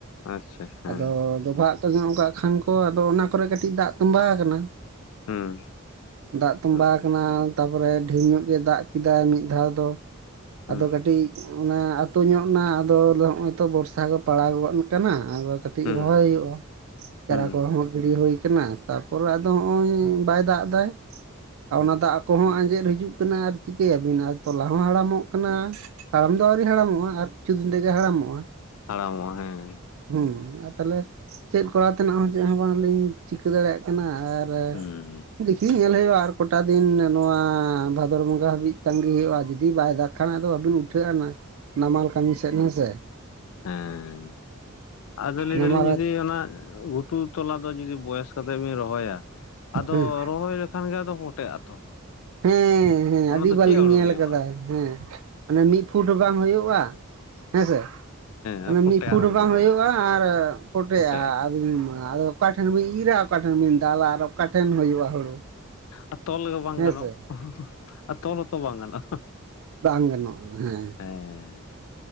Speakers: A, on the left; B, on the right.
A: ᱟᱪᱪᱷᱟ ᱦᱮᱸ
B: ᱟᱫᱚ ᱰᱚᱵᱷᱟᱜ ᱛᱚ ᱧᱚᱜ ᱠᱟᱜ ᱠᱷᱟᱱ ᱠᱚ ᱟᱫᱚ ᱚᱱᱟ ᱠᱚᱨᱮ ᱠᱟᱹᱴᱤᱡ ᱫᱟᱜ ᱛᱚᱸᱵᱟᱣ ᱠᱟᱱᱟ᱾
A: ᱦᱩᱸ᱾
B: ᱫᱟᱜ ᱛᱚᱸᱵᱟᱣ
A: ᱦᱩᱸ
B: ᱟᱠᱟᱱᱟ ᱛᱟᱯᱚᱨᱮ ᱰᱷᱮᱨ ᱧᱚᱜ ᱜᱮ ᱫᱟᱜ ᱠᱮᱫᱟᱭ ᱢᱤᱫ ᱫᱷᱟᱣ ᱫᱚ᱾
A: ᱦᱩᱸ
B: ᱟᱫᱚ ᱠᱟᱹᱴᱤᱡ ᱚᱱᱟ ᱟᱹᱛᱩ ᱧᱚᱜ ᱱᱟ ᱟᱫᱚ ᱞᱟᱹᱭᱫᱟ ᱦᱚᱸᱜ-ᱚᱭ ᱛᱚ ᱵᱚᱨᱥᱟ ᱜᱚᱫ ᱯᱟᱲᱟᱣ ᱜᱚᱫ ᱠᱟᱱᱟ ᱟᱫᱚ ᱠᱟᱹᱴᱤᱡ
A: ᱦᱩᱸ
B: ᱨᱚᱦᱚᱭ ᱦᱩᱭᱩᱜ-ᱟ᱾ ᱪᱟᱨᱟ
A: ᱦᱩᱸ
B: ᱠᱚᱦᱚᱸ ᱜᱤᱲᱤ ᱦᱩᱭ ᱠᱟᱱᱟ ᱛᱟᱯ ᱯᱟᱨᱮ ᱟᱫᱚ ᱦᱚᱸᱜ-ᱚᱭ ᱵᱟᱭ ᱫᱟᱜ ᱫᱟᱭ᱾ ᱟᱨ
A: ᱦᱩᱸ
B: ᱚᱱᱟ ᱫᱟᱜ ᱠᱚᱦᱚᱸ ᱟᱸᱡᱮᱫ ᱦᱤᱡᱩᱜ ᱠᱟᱱᱟ ᱟᱨ ᱪᱤᱠᱟᱹᱭᱟᱵᱤᱱ ᱟᱨ ᱛᱚᱞᱟ ᱦᱚᱸ ᱦᱟᱲᱟᱢᱚᱜ ᱠᱟᱱᱟ᱾ ᱦᱟᱲᱟᱢ ᱫᱚ ᱟᱣᱨᱤ ᱦᱟᱲᱟᱢᱚᱜᱼᱟ᱾ ᱟᱨ ᱠᱤᱪᱷᱩ ᱫᱤᱱ ᱛᱮᱜᱮ ᱦᱟᱲᱟᱢᱚᱜᱼᱟ᱾
A: ᱦᱟᱲᱟᱢᱚᱜ-ᱟ ᱦᱮᱸ᱾
B: ᱦᱩᱸ ᱟᱨ ᱛᱟᱦᱚᱞᱮ ᱪᱮᱫ ᱠᱚᱨᱟᱣ ᱛᱮᱱᱟᱜ ᱦᱚᱸ ᱪᱮᱫ ᱦᱚᱸ ᱵᱟᱝᱞᱤᱧ ᱪᱤᱠᱟᱹ ᱫᱟᱲᱮᱭᱟᱜ ᱤᱭᱟᱹ ᱟᱨ
A: ᱦᱩᱸ
B: ᱫᱮᱠᱷᱤ ᱧᱮᱞ ᱦᱩᱭᱩᱜ-ᱟ ᱟᱨ ᱠᱚᱴᱟ ᱫᱤᱱ ᱱᱚᱣᱟ ᱵᱷᱟᱫᱚᱨ ᱵᱚᱸᱜᱟ ᱦᱟᱹᱵᱤᱡ ᱛᱟᱺᱜᱤ ᱦᱩᱭᱩᱜ-ᱟ᱾ ᱡᱩᱫᱤ ᱵᱟᱭ ᱫᱟᱜᱽ ᱠᱷᱟᱱ ᱟᱫᱚ ᱵᱟᱹᱵᱤᱱ ᱩᱴᱷᱟᱹᱜ-ᱟ ᱦᱟᱸᱜ᱾ ᱱᱟᱢᱟᱞ ᱠᱟᱹᱢᱤ ᱥᱮᱫ ᱦᱮᱸ ᱥᱮ᱾
A: ᱦᱮᱸᱻ ᱟᱫᱚ ᱞᱟᱹᱭ
B: ᱱᱟᱢᱟᱞ
A: ᱫᱟᱞᱤᱧ ᱡᱩᱫᱤ ᱚᱱᱟ ᱜᱩ ᱛᱩᱫᱽ ᱛᱚᱞᱟ ᱫᱚ ᱡᱩᱫᱤ ᱵᱚᱭᱮᱥ ᱠᱟᱛᱮᱜ ᱵᱤᱱ ᱨᱚᱦᱚᱭᱟ, ᱟᱫᱚ
B: ᱦᱮᱸ
A: ᱨᱚᱦᱚᱭ ᱞᱮᱠᱷᱟᱱ ᱜᱮ ᱟᱫᱚ ᱯᱚᱴᱮᱜ-ᱟ ᱛᱚ᱾
B: ᱦᱮᱸ ᱦᱮᱸ
A: ᱚᱱᱟ
B: ᱟᱹᱰᱤ
A: ᱫᱚ ᱪᱮᱫ
B: ᱵᱟᱨ
A: ᱦᱩᱲᱩ
B: ᱞᱤᱧ ᱧᱮᱞ
A: ᱦᱩᱭᱩᱜᱼᱟ
B: ᱟᱠᱟᱫᱟ ᱦᱮᱸ ᱢᱟᱱᱮ ᱢᱤᱫ ᱯᱷᱩᱴ ᱦᱚᱸ ᱵᱟᱝ ᱦᱩᱭᱩᱜ-ᱟ᱾ ᱦᱮᱸ ᱥᱮ᱾
A: ᱦᱮᱸ
B: ᱚᱱᱮ
A: ᱯᱚᱴᱮ
B: ᱢᱤᱜ
A: ᱟᱨᱟᱢᱵᱷᱚᱜᱼᱟ
B: ᱯᱷᱩᱴ ᱦᱚᱸ ᱵᱟᱝ ᱦᱩᱭᱩᱜ-ᱟ ᱟᱨ ᱯᱚᱴᱮᱜ-ᱟ,
A: ᱯᱚᱴᱮᱜᱼᱟ
B: ᱟᱫᱚᱧ ᱟᱫᱚ ᱚᱠᱟᱴᱷᱮᱱ ᱵᱤᱱ ᱤᱨᱟ, ᱚᱠᱟᱴᱷᱮᱱ ᱵᱤᱱ ᱫᱟᱞᱟ ᱟᱨ ᱚᱠᱟᱴᱷᱮᱱ ᱦᱩᱭᱩᱜ-ᱟ ᱦᱩᱲᱩ?
A: ᱟᱨ ᱛᱚᱞ ᱜᱮ ᱵᱟᱝ
B: ᱦᱮᱸᱥᱮ
A: ᱜᱟᱱᱚᱜ, ᱟᱨ ᱛᱚᱞ ᱦᱚᱸᱛᱚ ᱵᱟᱝ ᱜᱟᱱᱚᱜ-ᱟ᱾
B: ᱵᱟᱝ ᱜᱟᱱᱚᱜᱼᱟ ᱦᱮᱸ
A: ᱦᱮᱸ